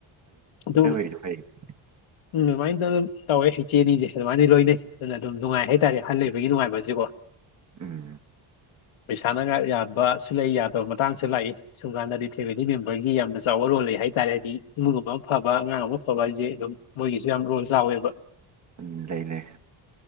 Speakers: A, on the left; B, on the right.
A: ꯑꯗꯨ
B: <unintelligible>
A: ꯎꯝ ꯑꯗꯨꯃꯥꯏꯅ ꯑꯗꯨꯝ ꯇꯧꯋꯦ ꯏꯆꯦꯅꯤꯁꯦ ꯑꯗꯨꯃꯥꯏꯅ ꯂꯣꯏꯅꯩ ꯑꯗꯨꯅ ꯑꯗꯨꯝ ꯅꯨꯡꯉꯥꯏ ꯍꯥꯏꯇꯥꯔꯦ ꯑꯍꯜ ꯂꯩꯕꯒꯤ ꯅꯨꯡꯉꯥꯏꯕꯁꯤꯀꯣ
B: ꯎꯝ
A: ꯄꯩꯁꯥꯅꯒꯥ ꯌꯥꯕꯁꯨ ꯂꯩ ꯌꯥꯗꯕ ꯃꯇꯥꯡꯁꯨ ꯂꯥꯛꯏ ꯁꯨꯝ ꯀꯥꯟꯗꯗꯤ ꯐꯦꯃꯤꯂꯤ ꯃꯦꯝꯕꯔꯒꯤ ꯌꯥꯝꯅ ꯆꯥꯎꯕ ꯔꯣꯜ ꯂꯩ ꯍꯥꯏꯇꯥꯔꯦ ꯍꯥꯏꯗꯤ ꯏꯃꯨꯡꯒꯨꯝ ꯑꯃ ꯐꯕ ꯑꯉꯥꯡ ꯑꯃ ꯐꯕ ꯍꯥꯏ ꯖꯦ ꯑꯗꯨꯝ ꯃꯣꯏꯒꯤꯁꯨ ꯌꯥꯝ ꯔꯣꯜ ꯆꯥꯎꯋꯦꯕ
B: ꯎꯝ ꯂꯩ ꯂꯩ